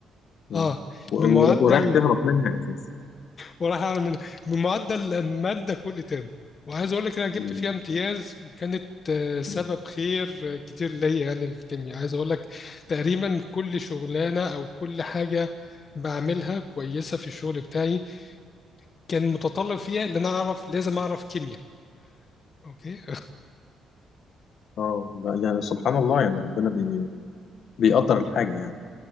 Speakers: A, on the left (about 65°); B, on the left (about 45°).
A: آه.
B: آه
A: و-
B: بمعدل
A: و- ورايح تهرب منها اساسا
B: وراح اعمل من من معدل الماده كل ترم وعايز اقول لك ان انا جبت
A: مم.
B: فيها امتياز وكانت آه، سبب
A: مم.
B: خير آه، كتير ليا يعني الكيمياء عايز اقول لك تقريبا كل شغلانه او كل حاجه بعملها كويسه في الشغل بتاعي كان متطلب فيها ان انا اعرف لازم اعرف كيمياء اوكي
A: اه لا، يعني سبحان الله يعني ربنا بي... بيقدر الحاجة يعني